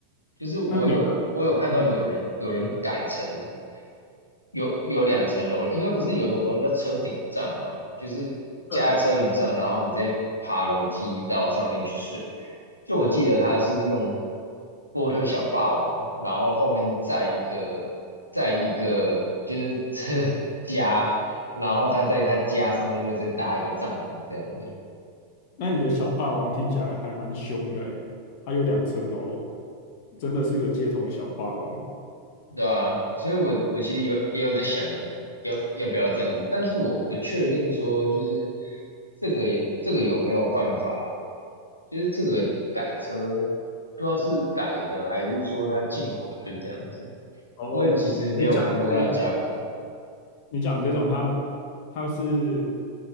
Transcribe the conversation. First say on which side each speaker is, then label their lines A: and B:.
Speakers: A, on the left; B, on the left.
A: 就是我有我有看到有人有人改成
B: 那你的，嗯，
A: 有有两层楼了，因为不是有一种东西叫车顶帐吗？就是架在车顶上，
B: 对啊，
A: 然后你再爬楼梯到上面去睡。就我记得他是用波特小霸王，然后后面再一个再一个就是 <laughs> 家，然后他在他家上面又再搭一个帐篷这样子。
B: 那你的小霸王听起来还蛮凶的，哎，它有两层楼，真的是个街头小霸王。
A: 对啊，所以我我其实有也有在想要要不要这样子，但是我不确定说就是这个这个有没有办法，就是这个改车不知道是改的还是说它进口就是这样子，
B: 哦，
A: 我也其实没有看过它的价格。
B: 你讲的这种。你讲这种它它是